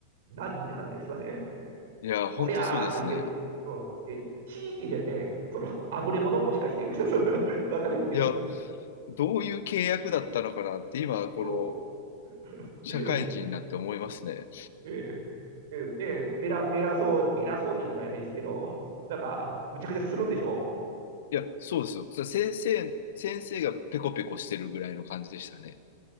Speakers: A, on the right; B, on the left.
A: 何って感じがしません
B: <laughs> いや、ほんとそうですね。
A: おりゃーとか言ってる。うん、で地域でね、その、あぶれ者もしかして、<laughs> みたいな、そわかんないですけど。
B: いや、どういう契約だったのかなって今、この
A: うん、
B: 社会人になって思いますね。
A: ねえ、ねえ、ねえ、ねえ偉偉そう、偉そうって言ってからないですけど、なんか、むちゃくちゃするんでしょ
B: いや、そうですよ。それ先生、先生がペコペコしてるぐらいの感じでしたね。